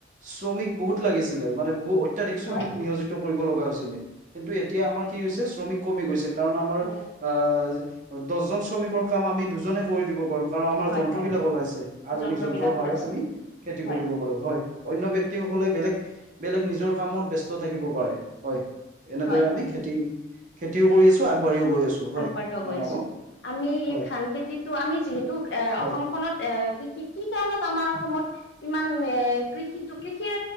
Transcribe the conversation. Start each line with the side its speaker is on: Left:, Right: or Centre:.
Right: শ্ৰমিক বহুত লাগিছিলে মানে বহু অত্যাধিক শ্ৰমিক
Left: হয়
Right: নিয়জিত কৰিব লগা হৈছিলে কিন্তু এতিয়া আমাৰ কি হৈছে শ্ৰমিক কমি গৈছে কাৰণ আমাৰ
Left: হয়
Right: আ যে দছজন শ্ৰমিকৰ কাম আমি দুজনে কৰি দিব পাৰো। কাৰণ আমাৰ
Left: হয়
Right: যন্ত্ৰবিলাক
Left: হয়
Right: ওলাইছে আধুনিক
Left: যন্ত্ৰবিলাক
Right: যন্ত্ৰৰ সহায়ত
Left: ওলাইছে
Right: আমি খেতি
Left: হয়
Right: কৰিব পাৰো হয়। অন্য ব্যক্তিসকলে বেলেগ, বেলেগ নিজৰ কামত ব্যস্ত থাকিব পাৰে হয়। এনেদৰে
Left: হয় হয়
Right: আমি খেতি-খেতিও কৰি আছো আগবাঢ়িও গৈ আছো। হয়
Left: আগবাঢ়িব
Right: জনাব
Left: গৈ আছো আমি
Right: হয়
Left: ধান খেতিটো আমি যিহেতু এ
Right: হয়
Left: অসমখনত এ কৃষি কি কাৰণত আমাৰ অসমত ইমান এ কৃষিত টো কৃষিৰ